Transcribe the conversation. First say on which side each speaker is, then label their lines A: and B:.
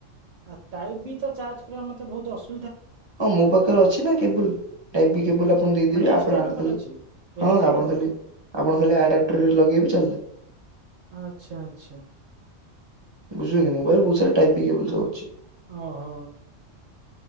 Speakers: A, on the right (about 65°); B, on the right (about 35°).
A: ଆଉ ଟାଇପ୍ ବି ତ ଚାର୍ଜ କରିବା ମୋତେ ବହୁତ୍ ଅସୁ
B: ହଁ, ମୋ ପାଖରେ ଅଛି ନା କେବୁଲ ଟାଇପ୍ ବି କେବୁଲ ଆପଣଙ୍କୁ ଦେଇଦେବି
A: ମାନେ ଏକ୍ସଟ୍ରା
B: ଆପଣ
A: କେବଲ
B: ଖାଲି
A: ଅଛି
B: ହଁ,
A: ଏକ୍ସଟ୍ରା
B: ଆପଣ
A: କେବଲ
B: ଖାଲି ଆପଣ ଖାଲି ଆଡପ୍ଟରରେ ଲଗେଇବେ ଚାଲିଲା।
A: ଆଚ୍ଛା! ଆଚ୍ଛା!
B: ବୁଝିଲି ମୋ ପାଖରେ ବହୁତ ସାରା ଟାଇପ ବି କେବୁଲ ସବୁ ଅଛି।
A: ଓହୋ!